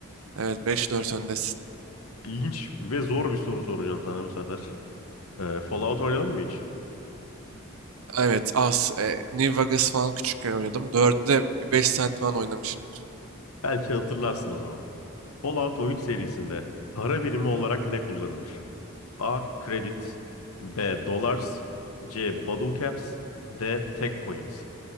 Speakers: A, on the right; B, on the left.
A: Evet beş dört öndesin.
B: İlginç ve zor bir soru soracağım sana bu sefer. Ee, Fallout oynadın mı hiç?
A: Evet az. E, New Vegas falan küçükken oynadım. 4'de 5 saat falan oynamışımdır.
B: Belki hatırlarsın o zaman. Fallout oyun serisinde para birimi olarak ne kullanılır? A. Credits B. Dollars C. Bottle Caps D. Tech Coins